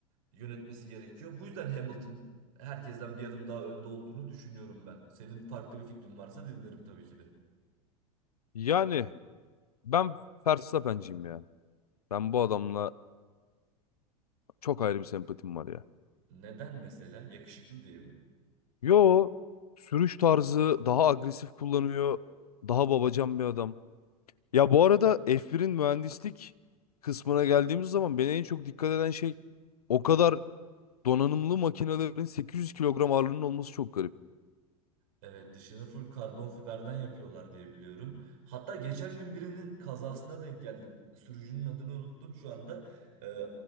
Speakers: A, on the right; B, on the left.
A: yönetmesi gerekiyor. Bu yüzden Hamilton herkesten bir adım daha önde olduğunu düşünüyorum ben. Senin farklı bir fikrin varsa dinlerim tabii ki de.
B: Yani ben Verstappen'ciyim ya. Ben bu adamla çok ayrı bir sempatim var ya.
A: Neden mesela? Yakışıklı diye mi?
B: Yo, sürüş tarzı daha agresif kullanıyor. Daha babacan bir adam. Ya bu arada F1'in mühendislik kısmına geldiğimiz zaman beni en çok dikkat eden şey o kadar donanımlı makinelerin 800 kilogram ağırlığının olması çok garip.
A: Evet dışını full karbon fiberden yapıyorlar diye biliyorum. Hatta geçen gün birinin kazasına denk geldim. Sürücünün adını unuttum şu anda. Ee,